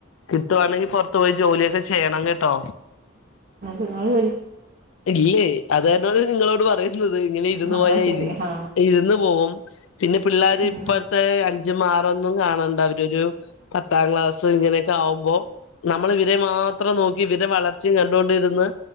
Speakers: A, on the left (about 75°); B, on the right (about 50°).
A: കിട്ടുവാണെങ്കി പറത്തു പോയി ജോലിയൊക്കെ ചെയ്യണം കേട്ടോ
B: ഇങ്ങള്
A: ഇല്ലേ അത്കാര്ണാണ് നിങ്ങളോട് പറയുന്നത് ഇങ്ങനെ ഇരുന്ന്
B: ആ
A: പോയാ
B: അത് ശരി
A: ഇരി
B: ആ
A: ഇരുന്ന് പോവും പിന്നെ പിള്ളാര്
B: ഉം.
A: ഇപ്പോഴത്തെ അൻച് ജ്ജ്മാറൊന്നും കാണണ്ട അവരൊരു പത്താം ക്ലാസ്സ് ഇങ്ങനെയൊക്കെ ആകുമ്പോ നമ്മളിവരെ മാത്രം നോക്കി ഇവരെ വളർച്ചയും കണ്ടൊണ്ടിരുന്ന്